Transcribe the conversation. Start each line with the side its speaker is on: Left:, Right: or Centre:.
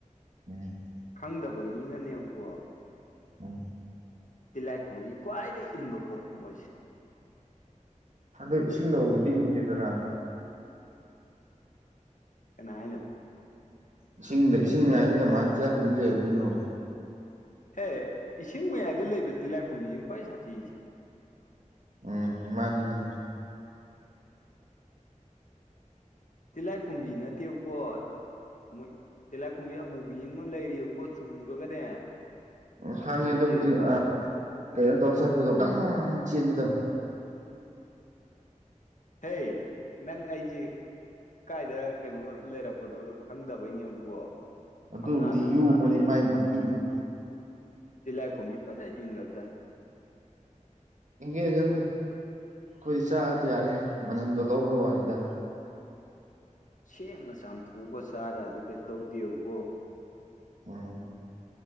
Right: <unintelligible>
Left: ꯈꯪꯗꯕ ꯃꯤꯅꯅꯦꯕꯀꯣ꯫
Right: ꯎꯝ꯫
Left: ꯇꯤꯜꯍꯥꯏꯈꯨꯝꯕꯤ ꯈ꯭ꯋꯥꯏꯗꯒꯤ ꯏꯟꯕ ꯄꯣꯠꯅꯤ ꯃꯣꯏꯁꯦ꯫
Right: ꯑꯗꯣ ꯏꯁꯤꯡꯗ ꯍꯧꯕꯗꯤ ꯏꯟꯗꯦꯗꯅ꯫
Left: ꯀꯅꯥ ꯍꯥꯏꯅꯣ꯫
Right: ꯏꯁꯤꯡꯗ ꯏꯁꯤꯡ ꯃꯥꯏꯏꯗ ꯀꯃꯥꯏꯅ ꯇꯤꯟꯂꯥꯏ ꯈꯨꯝꯕꯤ ꯂꯩꯔꯨꯗꯣꯏꯅꯣ꯫
Left: ꯍꯦ ꯏꯁꯤꯡ ꯃꯌꯥꯏꯗ ꯂꯩꯕ ꯇꯤꯜꯍꯥꯏꯈꯨꯝꯕꯤꯁꯤꯅꯤ ꯈ꯭ꯋꯥꯏ ꯁꯥꯊꯤꯁꯦ꯫
Right: ꯎꯝ ꯃꯥꯅꯤꯅꯦ꯫
Left: ꯇꯤꯜꯂꯥꯏ ꯈꯨꯝꯕꯤ ꯅꯇꯦꯕꯀꯣ꯫ ꯃꯣꯏ ꯇꯦꯂꯥꯏꯈꯨꯝꯕꯤ ꯑꯃꯨꯕꯤ ꯑꯃ ꯂꯩꯔꯤꯑꯕꯀꯣ ꯆꯨꯔꯒꯅꯦ꯫
Right: ꯎ
Left: ꯁꯥꯊꯤꯕ
Right: ꯈꯪꯉꯦ ꯑꯗꯨꯕꯨꯗꯤ
Left: ꯑꯃ ꯂꯩꯔꯦ
Right: ꯑꯥ ꯀꯩꯅꯣ ꯇꯧꯔ ꯆꯠꯄꯤꯗꯣ ꯒꯝ ꯒꯝ ꯆꯦꯟꯕꯤꯗꯣ꯫
Left: ꯍꯦ ꯅꯪ ꯑꯩꯖꯦ ꯀꯥꯏꯗ ꯀꯩꯅꯣ ꯂꯩꯔꯛꯄꯅꯣꯗꯣ ꯈꯪꯗꯕꯩꯅꯦꯕꯀꯣ꯫
Right: ꯑꯗꯨꯕꯨꯗꯤ
Left: ꯊꯝꯅꯥ ꯊꯝꯅꯥ
Right: ꯌꯨꯕꯅꯤ
Left: ꯍꯥꯏꯁꯤ
Right: ꯃꯥꯏ ꯃꯀꯤꯡꯗꯣ
Left: ꯇꯤꯜ ꯂꯥꯏꯈꯨꯝꯕꯤ ꯐꯖꯅ ꯏꯟꯒꯔꯖꯥꯠꯅꯤ꯫
Right: ꯏꯡꯒꯦ ꯏꯟꯖꯅꯨ ꯑꯩꯈꯣꯏꯗꯤ ꯆꯥꯔꯗꯤ ꯌꯥꯔꯦ ꯃꯅꯝꯗꯣ ꯂꯧꯕꯩ ꯋꯥꯅꯤꯗ꯫
Left: ꯁꯦꯡꯅ ꯆꯥꯝꯊꯣꯛꯑꯒ ꯆꯥꯔꯗꯤ ꯀꯩꯁꯨ ꯇꯧꯗꯦꯕꯀꯣ꯫
Right: ꯑ꯫